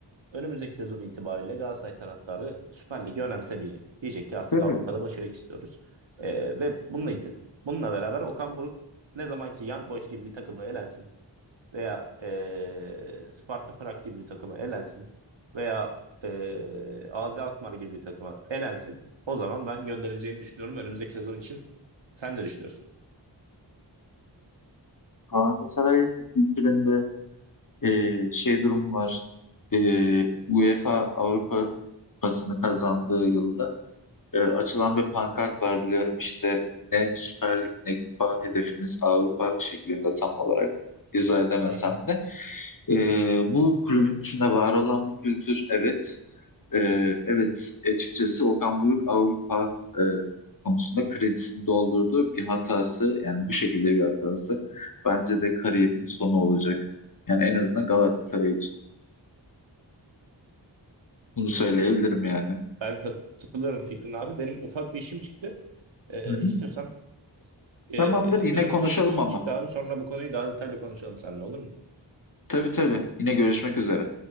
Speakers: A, on the right (about 85°); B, on the left (about 45°).
A: Önümüzdeki sezon itibariyle Galatasaray taraftarı Süper Lig'i önemsemeyecek. Diyecek ki artık
B: tabii.
A: Avrupa'da başarı istiyoruz. Ee, ve bununla, it- bununla beraber Okan Buruk ne zaman ki Young Boys gibi bir takıma elensin veya eee, Sparta Prag gibi bir takıma elensin veya eee AZ Alkmaar gibi bir takıma elensin. O zaman ben gönderileceğini düşünüyorum. Önümüzdeki sezon için sen ne düşünüyorsun?
B: Galatasaray'ın kültüründe e, şey durum var. E, UEFA Avrupa Kupası'nı kazandığı yılda e, açılan bir pankart var biliyorum işte ne Süper Lig ne Kupa hedefimiz Avrupa şeklinde tam olarak izah edemesem
A: Hı hı.
B: de e, bu kulübün içinde var olan bir kültür evet E, evet açıkçası Okan Buruk Avrupa e, konusunda kredisini doldurduğu bir hatası yani bu şekilde bir hatası bence de kariyerinin sonu olacak. Yani en azından Galatasaray için bunu söyleyebilirim yani.
A: Ben katılıyorum Fikrin abi. Benim ufak bir işim çıktı. Eee
B: Hı hı.
A: istiyorsan eee,
B: Tamamdır yine
A: benim
B: konuşalım
A: ufak bir işim
B: ama.
A: çıktı abi. Sonra bu konuyu daha detaylı konuşalım seninle olur mu?
B: Tabii tabii yine görüşmek üzere.